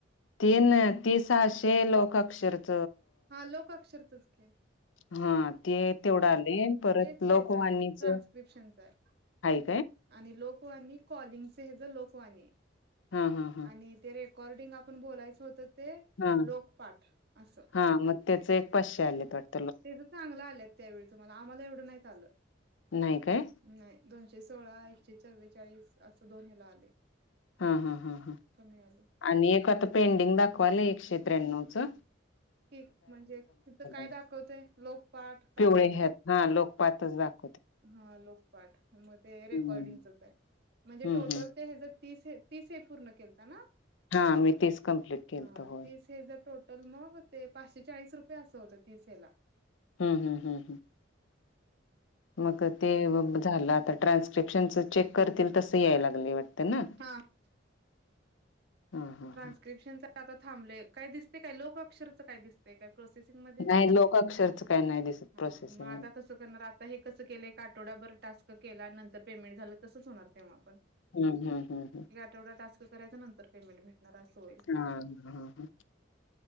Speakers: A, on the left; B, on the right.
A: तीन तिसाशे लोक अक्षरच
B: हा लोकाक्षर तुखे
A: हा ते तेवढं आले परत
B: तेच हेच
A: लकवाणीच
B: आहे ट्रान्स्क्रिप्शनच
A: ह
B: आहे
A: काय
B: आणि लोकवाणी कॉलिंगच हे ज लोकवाणी
A: हा हा हा
B: आणि ते रेकॉर्डिंग आपण बोलायचं होतं ते
A: हा
B: लोकपाठ असं
A: हा मग त्याच एक पाचशे आले पट
B: तेच चांगलं आलेत त्यावेळे तुम्हाला आम्हाला एवढ नाहीत आलं
A: नाही काय?
B: नाही दोनशे सोळा एकशे चव्वेचाळीस असं दोन हला आले.
A: हा हा ह ह
B: कमी आले
A: आणि एक आता पेंडिंग दाखवाल एकशे त्र्याण्णव चं
B: ठी म्हणजे तिथ काय
A: नाही.
B: दाखवतेय लोकपाठ का?
A: पिवळे ह्यात हा लोकपातचत.
B: हा लोकपाठ मग ते रेकॉर्डिंगचच
A: हम्म
B: आहे म्हणजे
A: हम्म
B: टोटल
A: हम्म
B: ते ह जर तीस आहेत. तिस पूर्ण केलता ना
A: हां मी तेच कमप्लीट केलं
B: हा
A: तर होय.
B: तीस हे जर टोटल मग ते पाचशे चाळीस रुपये असं होतं तीस हेला
A: हम् ह् ह् ह् मग ते झालं आता ट्रान्स्ट्रेपशनच चेक करतील तस याय लागले वाटते ना.
B: हां
A: हा हा
B: ट्रान्स्क्रिप्शनच
A: हा
B: आता थांबय काय दिसते काय लोकक्षरच काय दिसते काय? प्रोसेसिंग मध्ये
A: नाही लोक अक्षरच काय नाही दिसत
B: मग
A: प्रोसेसिंग
B: आता
A: मध्ये.
B: तसं करणार आता हे कसं केलं काटोडाभर टास्क केला नंतर पेमेंट झालं तसंच होणार तेव्हा आपण
A: हम्म हम् हम् हम्
B: तेवढा टाक करायच नंतर पेमेंट भेणार असं होय.
A: हा हा हा ह